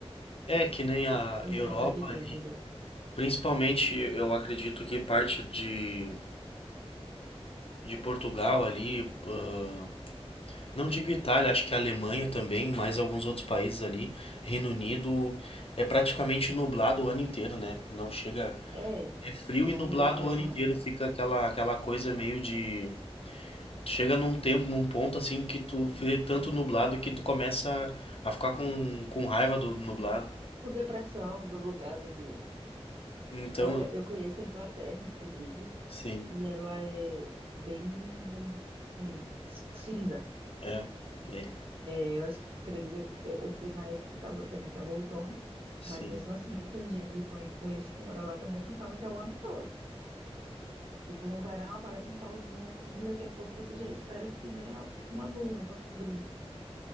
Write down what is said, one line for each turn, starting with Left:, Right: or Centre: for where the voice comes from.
Left: É que nem a
Right: sem
Left: Europa
Right: sombra de dúvida.
Left: ali, principalmente eu acredito que parte de, de Portugal ali, ah, Não digo Itália, acho que a Alemanha também, mais alguns outros países ali. Reino Unido é praticamente nublado o ano inteiro, né? Não chega
Right: É
Left: frio e
Right: a
Left: nublado
Right: Inglaterra,
Left: o ano inteiro, fica aquela, aquela coisa meio de. Chega num tempo, num ponto assim que tu vê tanto nublado que tu começa a ficar com, com raiva do nublado.
Right: com depressão do lugar, do ambiente.
Left: Então,
Right: Olha, eu conheço a Inglaterra, inclusive.
Left: sim,
Right: e ela é bem, não- sim, c- cinza.
Left: é, é,
Right: É, eu acho que, acredito, eu, eu fui na época, que eu tava, também estava outono,
Left: sim.
Right: mas mesmo assim, tem gente que conhe- conheço que mora lá também que fala que é o ano todo. Tipo, no verão aparece um solzinho assim, daqui a pouco você já espera que venha uma nuvem para cobrir.